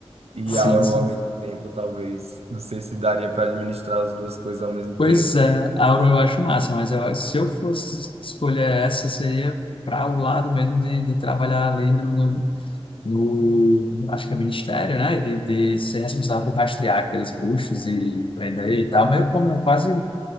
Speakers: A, on the right (about 80°); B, on the left (about 60°).
A: e
B: Sim,
A: Auro
B: sim.
A: ao mesmo tempo, talvez. Não sei se daria para administrar as duas coisas ao mesmo
B: Pois
A: tempo.
B: é, Aura eu acho massa, mas eu- se eu fosse escolher essa, seria para o lado mesmo de, de trabalhar ali no, no, no- acho que é ministério, né? De, de ser responsável por rastrear aqueles bruxos e prender e tal, meio como quase